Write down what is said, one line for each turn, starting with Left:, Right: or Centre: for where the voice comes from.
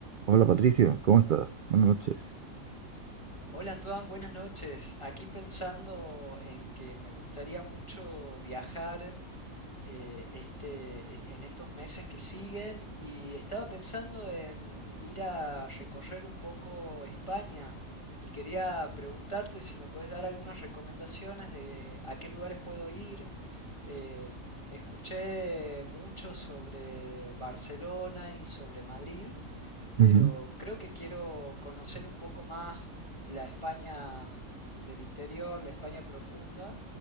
Right: Hola Patricio, ¿cómo estás? Buenas noches.
Left: Hola Antoine, buenas noches. Aquí pensando en que me gustaría mucho viajar eh, este, e- en estos meses que siguen y estaba pensando en ir a recorrer un poco España y quería preguntarte si me puedes dar algunas recomendaciones de a qué lugares puedo ir. Eh, escuché mucho sobre Barcelona y sobre Madrid pero
Right: Ujú.
Left: creo que quiero conocer un poco más la España del interior, la España profunda.